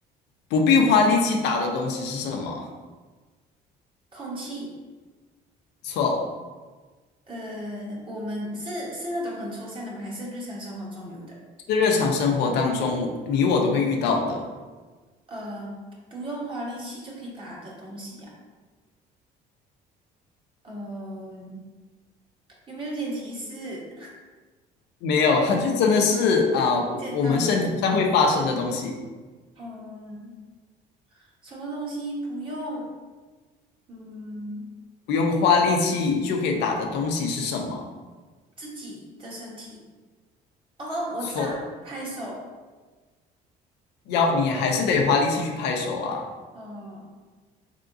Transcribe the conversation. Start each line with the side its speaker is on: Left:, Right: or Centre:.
Left: 不必花力气打的东西是什么？
Right: 空气，
Left: 错，
Right: 呃，我们是是那种很抽象的吗？还是日常生活中有的？
Left: 是日常生活当中你我都会遇到的。
Right: 呃，不用花力气就可以打的东西呀、呃，有没有点提示？
Left: 没有，它就真的是啊，我我们身体上会发生的东西，
Right: 简单的，嗯，什么东西不用，嗯，
Left: 不用花力气就可以打的东西是什么？
Right: 自己的身体。哦哦，我知道，
Left: 错。
Right: 拍手。
Left: 要你还是得花力气去拍手啊。
Right: 哦，